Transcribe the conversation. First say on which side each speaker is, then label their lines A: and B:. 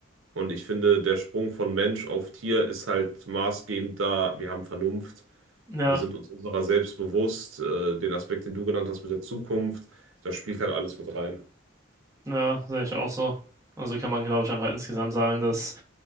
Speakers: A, on the right; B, on the right.
A: Und ich finde, der Sprung von Mensch auf Tier ist halt maßgebend da. Wir haben Vernunft,
B: ja,
A: wir sind uns unserer selbst bewusst, äh, den Aspekt, den du genannt hast mit der Zukunft, das spielt halt alles mit rein.
B: ja, sehe ich auch so. Also kann man, glaube ich, einfach insgesamt sagen, dass